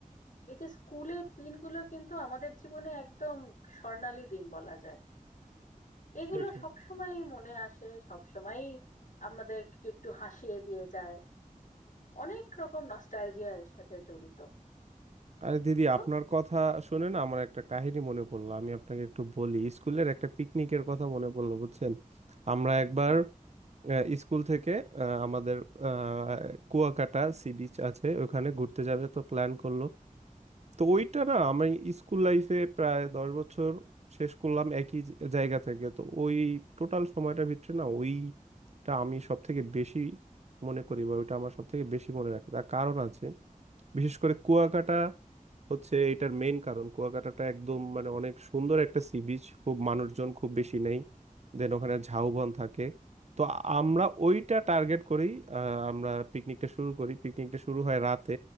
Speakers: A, on the left; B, on the right.
A: এই যে স্কুলের দিনগুলো কিন্তু আমাদের জীবনে একদম স্বর্ণালী দিন বলা যায় এগুলো
B: সেটাই
A: সব সময় মনে আসে সব সময় আমাদের একটু একটু হাসিয়ে দিয়ে যায় অনেক রকম নস্টালজিয়ার সাথে জড়িত
B: আরে দিদি
A: তো
B: আপনার কথা শুনে না আমার একটা কাহিনী মনে পড়লো আমি আপনাকে একটু বলি স্কুলের একটা পিকনিকের কথা মনে পড়লো বুঝছেন আমরা একবার
A: হুম
B: আহ, স্কুল থেকে আহ, আমাদের আহ, কুয়াকাটা সি বিচ আছে ওখানে ঘুরতে যাবে তো প্ল্যান করলো তো ওইটা না আমি স্কুল লাইফে প্রায় দশ বছর শেষ করলাম একই জ- জায়গা থেকে তো ওই টোটাল সময়টার ভিতরে না ওইটা আমি সব থেকে বেশি মনে করি বা ওইটা আমার সব থেকে বেশি মনে রাখে তার কারণ আছে বিশেষ করে কুয়াকাটা হচ্ছে এটার মেইন কারণ কুয়াকাটাটা একদম মানে অনেক সুন্দর একটা সি বিচ খুব মানুষজন খুব বেশি নেই দেন ওখানে ঝাউবন থাকে তো আমরা ওইটা টার্গেট করেই আহ, আমরা পিকনিকটা শুরু করি পিকনিকটা শুরু হয় রাতে